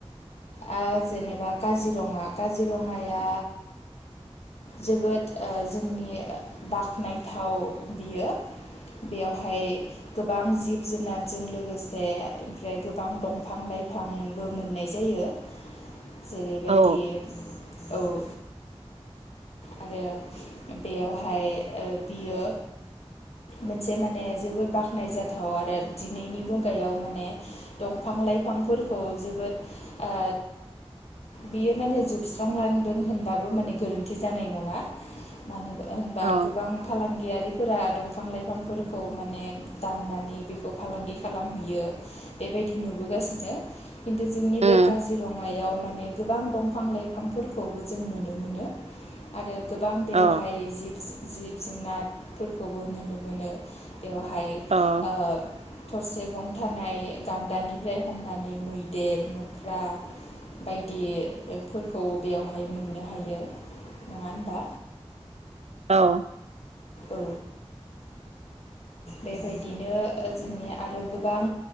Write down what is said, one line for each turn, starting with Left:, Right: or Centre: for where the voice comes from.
Left: आ जेनेबा काजिरङा काजिरङाया जोबोद ओ जोंनि बाख्नायथाव बियो बेवहाय गोबां जिब जुनारजों लोगोसे ओमफ्राय गोबां दंफां लाइफांबो मोननाय जायो। जेरैबायदि-
Right: औ
Left: औ आरो बेयावहाय ओ‌ बियो मोनसे माने जोबोद बाख्नाय जाथाव आरो दिनैनि मुगायाव माने दंफां लाइफांफोरखौ ओ जोबोद ओ बियो माने जोबस्रांलांदों होनबाबो माने गोरोन्थि। थि जानाय नङा मानोबा- होनबा
Right: औ
Left: गोबां फालांगियारिफोरा दं। बिफां लाइफांफोरखौ माने दाननानै बेखौ फालांगि खालामहैयो बेबायदि नुबोगासिनो खिन्थु जोंनि
Right: उम
Left: बे काजिरङायाव माने गोबां दंफां लाइफांफोरखौबो जों नुनो मोनो आरो- गोबां बेवहाय
Right: औ
Left: जिब- जिब जुनारफोरखौबो नुनो मोनो बेवहाय
Right: औ
Left: ओ- थरसे गं थानाय गान्दानिफ्राय हमनानै मैदेर मोख्रा बायदिफोरखौ बेवहाय मोननो हायो। नङा होनबा
Right: औ
Left: औ बेबायदिनो जोंनि आरो गोबां